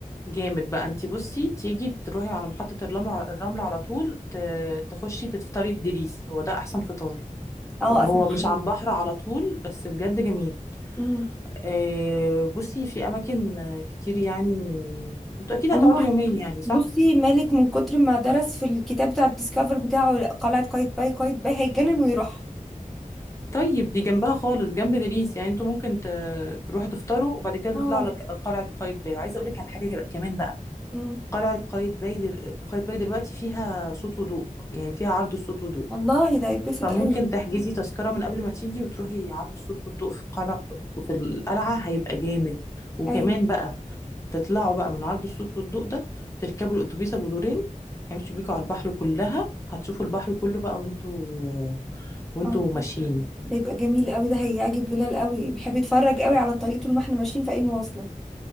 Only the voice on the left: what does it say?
جامد بقى انت بصي تيجي تروحي على محطة الرمل الرمل على طول ت- تخشي تفطري في دريس هو ده احسن فطار
طب
هو مش
على البحر على طول بس بجد جميل
آه، بصي في اماكن آه، كتير يعني انتوا اكيد هتقعدوا
يومين يعني صح
طيب دي جنبها خالص جنب دريس يعني انتوا ممكن ت- تروحوا تفطروا وبعد كده
تطلعوا لك قلعة قايتباي وعايزة اقول لك على حاجة جا- كمان بقى
قلعة قايتباي دل... قايتباي دلوقتي فيها صوت وضوء يعني فيها عرض الصوت والضوء
فممكن
تحجزي تذكرة من قبل ما تيجي وتروحي عرض الصوت والضوء في قلعة في القلعة هيبقى جامد وكمان
بقى تطلعوا بقى من عرض الصوت والضوء ده تركبوا الأتوبيس أبو دورين هيمشي بيكوا على البحر كلها هتشوفوا البحر كله بقى وانتوا وانتوا
ماشيين